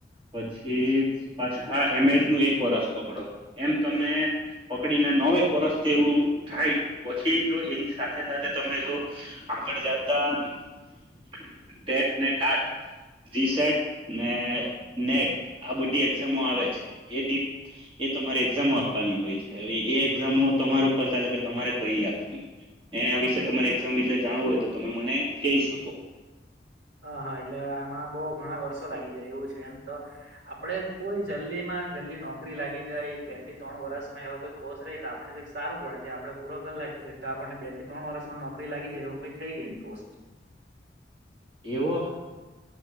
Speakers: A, on the right; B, on the right.
A: પછી પાછા એમ એડનું એક વર્ષ પકડો. એમ તમે પકડીને નવેક વર્ષ જેવું થાય, પછી જો એની સાથે-સાથે તમે જો આગળ જાતા ટેટ ને ટાટ રિસટ ને નેટ આ બધી એક્ઝામો આવે છે. એ <unintelligible> એ તમારે એક્ઝામો આપવાની હોય છે. હવે એ એકઝામો તમારા ઉપર ચાલે કે તમારે કઈ આપવી. એના વિશે તમારે એક્ઝામ વિશે જાણવું હોય તો તમે મને કેઈ શકો.
B: હા, હા એટલે એમાં બહું ઘણા વર્ષો લાગી જાય એવું છે એમ તો. આપડે કોઈ જલ્દીમાં માં જલ્દી નોકરી લાગી જાય, બે થી ત્રણ વર્ષમાં એવા કોઈ કોર્ષ રેય તો આપણે જરાક સારું પડે તે આપણે પૂરો કર લાખીયે, તો આપણને બે થી ત્રણ વર્ષમાં નોકરી લાગી જાય એવું કઈ થઈ કે ની કોર્સ?
A: એવો